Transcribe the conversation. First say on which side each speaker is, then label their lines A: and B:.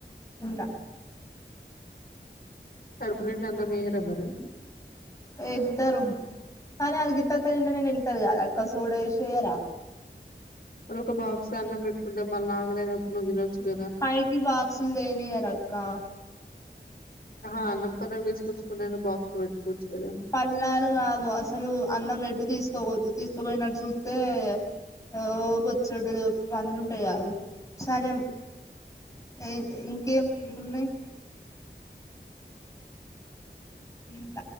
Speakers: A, on the left; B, on the left.
A: ఉండ
B: కడుపు నిండ అన్నం ఇయ్యర మరీ
A: ఏత్తరు కానీ అది గిత్తత్త దింటనే నింతది గదా అక్క సోడ యేషి ఎయ్యరా
B: మరి ఒక బాక్స్ లో అన్నం బెట్టుకుంటే మళ్ళ ఆకలి అయినప్పుడు నువ్వు దినొచ్చు గదా
A: ఫైకి బాక్సులు దేనీయరక్కా
B: అహ అన్నం పళ్ళెం దీసుకొచ్చుకోనైనా బాక్స్ బెట్టుకోవచ్చు గదా
A: పళ్ళాలు గాదు అసలు అన్నం ఎడ్డు తీసుపోవద్దు తీసుకుపోయినట్టు జూస్తే ఓ బొచ్చడుడు పనులుంటయ్ గాదు సరే ఏం ఇంకేం ఉన్నయ్ ఉంట